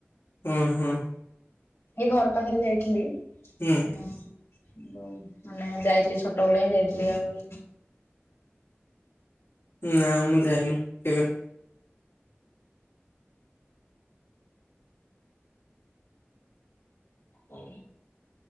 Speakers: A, on the left; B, on the left.
A: ହୁମ ହୁମ।
B: ଏଇ ଘର ପାଖରେ ଯାଇଥିଲି
A: ହୁଁ
B: ଉମ ମାନେ ଯାଇଥିଲି ଛୋଟ ବେଳେ ହିଁ ଯାଇଥିଲି ଆଉ
A: ନା ମୁଁ ଯାଇନି କେବେ।
B: ହ